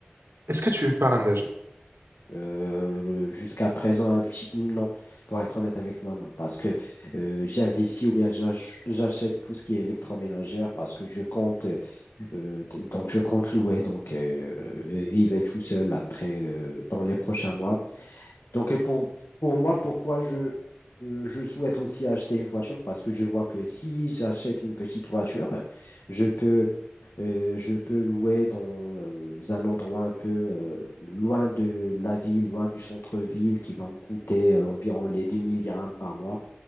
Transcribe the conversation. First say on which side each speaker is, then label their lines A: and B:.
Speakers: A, on the right; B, on the left.
A: Est-ce que tu parles déjà?
B: Euh, le- jusqu'à présent, un petit non, pour être honnête avec toi, non, parce que euh, j'investis ou bien j'ach- j'achète tout ce qui est électroménager parce que je compte. Euh, d- donc, je compte louer. Donc, euh, euh, il va tout seul après, euh, dans les prochains mois. Donc, et pour, pour moi, pourquoi je, euh, je souhaite aussi acheter une voiture? Parce que je vois que si j'achète une petite voiture, je peux, euh, je peux louer dans euh, un endroit un peu euh, loin de la ville, loin du centre-ville, qui va me coûter euh, environ les 2000 dirhams par mois